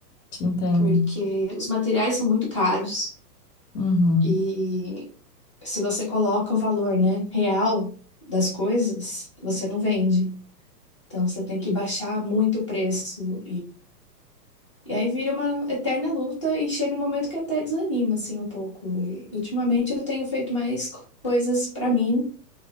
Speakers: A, on the left (about 75°); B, on the left (about 20°).
A: te entendo,
B: porque os materiais são muito caros
A: uhum,
B: e se você coloca o valor, né, real das coisas, você não vende. Então você
A: sei,
B: tem que baixar muito o preço E aí vira uma eterna luta e chega um momento que até desanima, assim, um pouco. E ultimamente eu tenho feito mais co- coisas pra mim